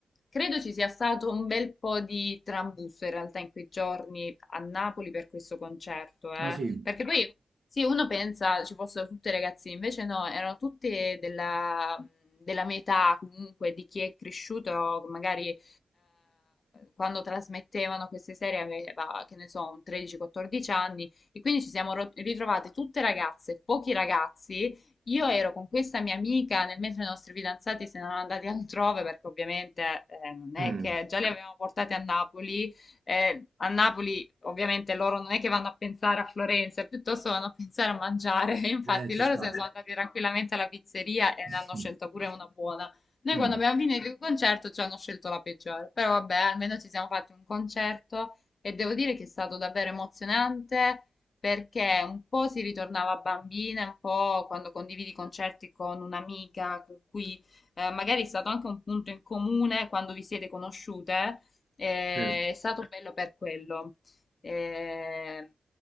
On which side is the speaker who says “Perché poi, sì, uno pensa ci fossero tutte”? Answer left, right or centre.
Left